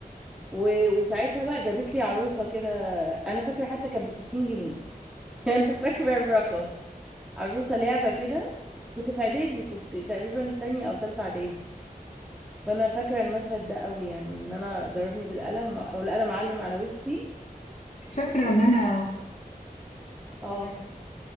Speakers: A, in the centre; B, on the left.
A: و- وساعتها بقى جابت لي عروسة كده انا فاكرة حتى كانت ب 60 جنيه <laughs> انا فاكرة الرقم عروسة لعبة كده كنت في اعدادي كنت تقريبا تانية او تالتة اعدادي فانا فاكرة المشهد ده قوي يعني ان انا ضربني بالقلم و- والقلم علم على وشي
B: فاكره ان انا
A: اه
B: تمام